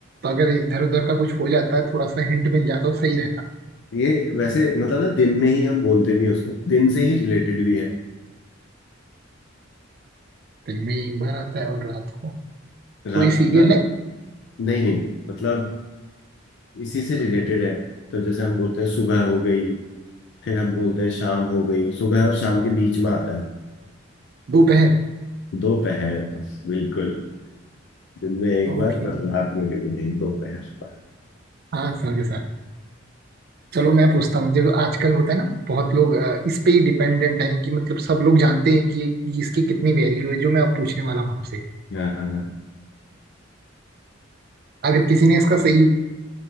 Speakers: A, on the right; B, on the left.
A: अगर इधर उधर का कुछ हो जाता है थोड़ा सा हिंट मिल जाता तो सही रहता
B: ये वैसे मतलब ना दिन में ही हम बोलते भी हैं उसको दिन से ही रिलेटेड भी है
A: दिन में एक बार आता है और रात को
B: रात
A: कोई सीरियल
B: पर
A: है
B: नहीं नहीं मतलब इसी से रिलेटेड है तो जैसे हम बोलते हैं सुबह हो गई फिर हम बोलते हैं शाम हो गई सुबह और शाम के बीच में आता है
A: दोपहर
B: दोपहर बिल्कुल दिन में एक बार
A: ओके
B: पर रात में कभी नहीं दोपहर पर
A: हाँ समझे सर चलो मैं पूछता हूँ जो आजकल होता है ना बहुत लोग अ, इस पे ही डिपेंडेंट हैं कि मतलब सब लोग जानते हैं कि इसकी कितनी वैल्यू है जो मैं अब पूछने वाला हूँ आपसे
B: हाँ हाँ हाँ
A: अगर किसी ने इसका सही